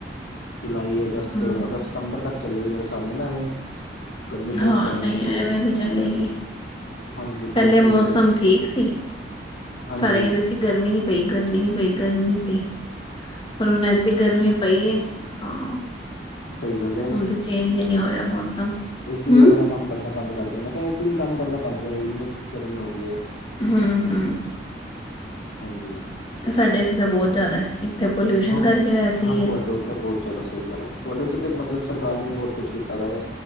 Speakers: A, on the left (about 80°); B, on the left (about 30°).
A: ਜੁਲਾਈ ਅਗਸਤ
B: ਹਮ
A: ਸਤੰਬਰ ਤੱਕ ਚੱਲੇਗੀ, ਮੇਰੇ ਸਾਹਮਣੇ ਨਾ ਐਵੇਂ ਗਰਮੀ ਬਹੁਤ
B: ਹਾਂ,
A: ਪੈਣੀ
B: ਨਹੀਂ
A: ਹੈ ਇਸ ਵਾਰੀ
B: ਐਵੇਂ ਤੇ ਚੱਲੇਗੀ
A: ਹਾਂਜੀ ਬਹੁਤ
B: ਪਹਿਲੇ
A: ਗਰਮੀ
B: ਮੌਸਮ
A: ਪੈਣੀ ਹੈ
B: ਠੀਕ ਸੀ
A: ਹਾਂਜੀ-ਹਾਂਜੀ
B: ਸਾਰੇ ਕਹਿੰਦੇ ਸੀ, ਗਰਮੀ ਨੀ ਪਈ, ਗਰਮੀ ਨੀ ਪਈ, ਗਰਮੀ ਨੀ ਪਈ। ਪਰ ਹੁਣ ਐਸੀ ਗਰਮੀ ਪਈ ਹੈ, ਹਾਂ।
A: ਸਹੀ ਗੱਲ
B: ਹੁਣ ਤੇ ਚੇਂਜ ਹੀ ਨਹੀ ਹੋ ਰਿਹਾ, ਮੌਸਮ।
A: ਏ ਸੀ
B: ਹਮ
A: ਵੀ ਆਪਣਾ ਕੰਮ ਕਰਨਾ ਬੰਦ ਕਰਕੇ, ਮੈਂ ਕਿਹਾ ਏ ਸੀ ਵੀ ਕੰਮ ਕਰਨਾ ਬੰਦ ਕਰ, ਇੰਨੀ ਗਰਮੀ ਹੋ ਗਈ ਹੈ
B: ਹੂ ਹੂ
A: ਹਾਂਜੀ
B: ਸਾਡੇ ਇੱਥੇ ਤਾਂ ਬਹੁਤ ਜ਼ਿਆਦਾ ਹੈ, ਇੱਕ ਤੇ ਪੋਲਿਊਸ਼ਨ
A: ਹਾਂ
B: ਕਰਕੇ, ਵੈਸੇ
A: ਹਾਂ
B: ਹੀ ਹੈ।
A: ਤੁਹਾਡੇ ਉੱਥੇ ਬਹੁਤ ਜ਼ਿਆਦਾ ਸਹੀ ਗੱਲ ਹੈ, ਤੁਹਾਡੇ ਉੱਤੇ ਤਾਂ ਮਤਲਬ ਸਰਕਾਰ ਨੇ ਵੀ ਬਹੁਤ ਕੁੱਛ ਕੀਤਾ ਦਾ ਵੈ,